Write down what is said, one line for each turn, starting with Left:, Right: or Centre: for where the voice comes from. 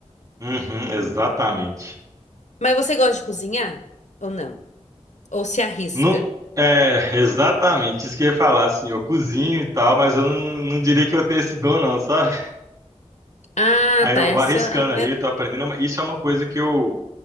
Right: Uhum, exatamente.
Left: Mas você gosta de cozinhar ou não? Ou se arrisca?
Right: Não, é, exatamente. Isso que eu ia falar, assim, eu cozinho e tal, mas eu não, não não diria que eu tenho esse dom, não, sabe?
Left: Ah,
Right: Aí eu
Left: tá. Essa
Right: vou arriscando ali,
Left: é, é,
Right: tô aprendendo. Isso é uma coisa que eu